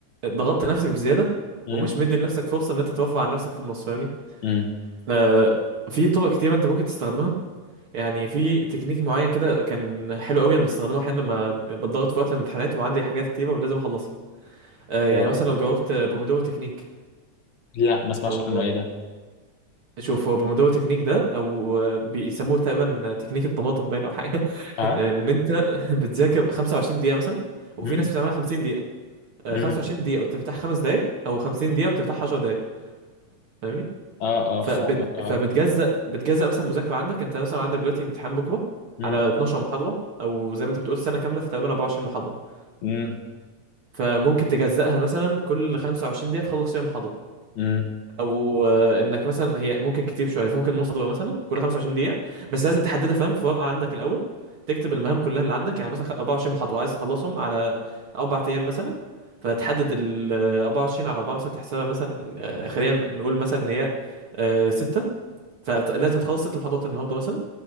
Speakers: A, on the right (about 50°); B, on the left (about 65°).
A: ضغطت نفسك بزياده
B: امم
A: ومش مدي لنفسك فرصه ان انت توفر عن نفسك في النص فاهمني؟
B: امم
A: آه، في طرق كتير انت ممكن تستخدمها يعني في تكنيك معين كده كان حلو قوي انا بستخدمه احيانا لما بتضغط في وقت الامتحانات وعندي حاجات كتيره ولازم اخلصها آه، يعني
B: ايوه
A: مثلا لو جاوبت بومودورو تكنيك
B: لا ما اسمعش
A: او
B: عنه ايه ده
A: شوف هو بومودورو تكنيك ده او بيسموه تقريبا تكنيك الطماطم باين او حاجه <laughs>
B: اه
A: ان انت بتذاكر 25 دقيقه مثلا وفي
B: امم
A: ناس بتعملها 50 دقيقه آه،
B: امم
A: 25 دقيقه وتفتح خمس دقائق او 50 دقيقه وتفتح 10 دقائق فاهمني
B: اه
A: فبت...
B: اه فاهمك اه
A: فبتجزأ بتجزأ مثلا مذاكره عندك انت مثلا عندك دلوقتي امتحان بكره
B: مم.
A: على 12 محاضره او زي ما انت بتقول سنه كامله في تقريبا 24 محاضره
B: امم
A: فممكن تجزأها مثلا كل 25 دقيقه تخلص فيها محاضره
B: امم
A: او آه، انك مثلا هي ممكن كتير شويه ممكن نص خطوه مثلا كل 25 دقيقه بس لازم تحددها فاهم في ورقه عندك الاول تكتب المهام كلها اللي عندك يعني مثلا 24 محاضره عايز تخلصهم على اربع ايام مثلا فتحدد ال 24 على 4 مثلا تحسبها مثلا آه، خلينا نقول مثلا ان هي آه، سته فلازم تخلص ست محاضرات النهارده مثلا